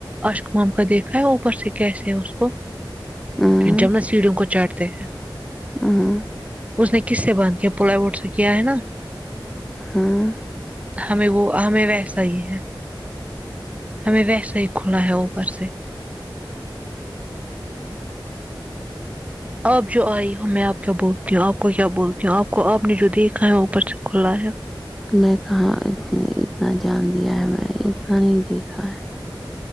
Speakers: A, on the right; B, in the centre.
A: ا شکمام کو دیکھا ہے اوپر سے کیسے ہے اس کو
B: ہوں
A: جمنا سیڑھیوں کو چاٹتے ہیں
B: ہوں
A: اس نے کس سے باندھ کیا پلائی بورڈ سے کیا ہے نا
B: ہوں
A: ہمیں وہ ہمیں ویسا ہی ہے ہمیں ویسا ہی کھلا ہے اوپر سے آپ جو آئی ہو میں آپ کو بولتی ہوں آپ کو کیا بولتی ہوں آپ کو آپ نے جو دیکھا ہے وہ اوپر سے کھلا ہے
B: میں کہا ات نے اتنا جان دیا ہے میں نے اتنا نہیں دیکھا ہے